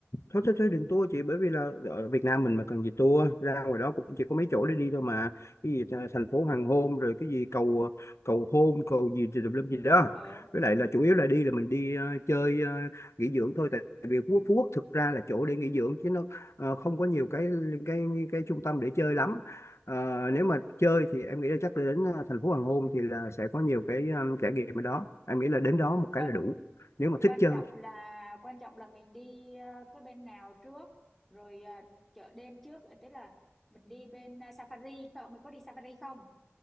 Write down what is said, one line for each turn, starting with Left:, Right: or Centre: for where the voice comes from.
Left: thôi thôi thôi đừng tour chị bởi vì là ở Việt Nam mình mà cần gì tour ra ngoài đó cũng chỉ có mấy chỗ để đi thôi mà cái gì th- thành phố hoàng hôn rồi cái gì cầu ờ, cầu hôn cầu gì thì tùm lum gì đó
Centre: ờ
Left: với lại là chủ yếu là đi là mình đi ờ, chơi ờ, nghỉ dưỡng thôi tại vì Phú Quốc Phú Quốc thực ra là chỗ để nghỉ dưỡng chứ nó ờ, không có nhiều cái cái cái trung tâm để chơi lắm Ờ, nếu mà chơi thì em nghĩ là chắc là đến ờ, thành phố hoàng hôn thì là sẽ có nhiều cái ờ, trải nghiệm ở đó em nghĩ là đến đó một cái
Centre: quan
Left: là đủ nếu mà
Centre: quan
Left: thích chơi
Centre: trọng là quan trọng là mình đi ờ, cái bên nào trước rồi ờ, chợ đêm trước ờ, tức là mình đi bên ờ, safari không mình có đi safari không